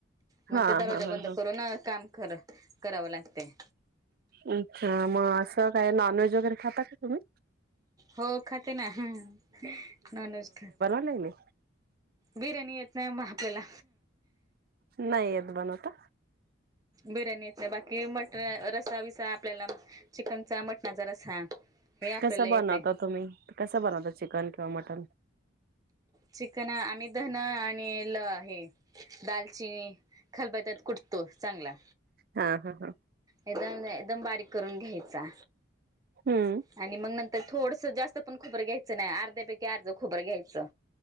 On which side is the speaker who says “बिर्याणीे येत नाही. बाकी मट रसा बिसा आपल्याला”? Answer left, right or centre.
Right